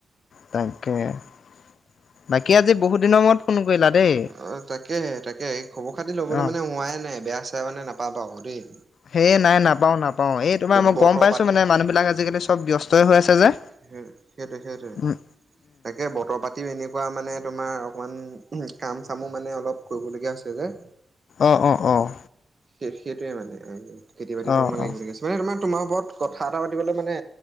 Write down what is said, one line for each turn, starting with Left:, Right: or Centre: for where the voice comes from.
Left: তাকে বাকী আজি বহুত দিনৰ মূৰত ফোন কৰিলা। দেই
Right: অ', তাকেহে তাকেহে এ খবৰ-খাতি ল'বলে
Left: অ
Right: মানে হোৱাই নাই বেয়া-চেয়া মানে নাপা পাবা আক' দে'।
Left: হে' নাই নাপাওঁ, নাপাওঁ। এই তোমাৰ মই
Right: বতৰ
Left: গম পাইছোঁ
Right: পাতি
Left: মানে মানুহবিলাক আজিকালি চব ব্যস্তই হৈ আছে যে।
Right: সেই সেইটোয়ে, সেইটোয়ে।
Left: উম,
Right: তাকে বতৰ পাত তিও এনেকুৱা মানে তোমাৰ অকমান কাম চামো মানে অলপ কৰিবলগীয়া হৈছে যে।
Left: অঁ, অঁ, অঁ।
Right: সে-সেইটোৱে মানে খেতি-বাতিতো
Left: অ',
Right: অকমান
Left: অ',
Right: লাগিব লগীয়া হৈছে। মানে তোমাৰ, তোমাৰ ওপৰত কথা এটা পাতিবলে মানে,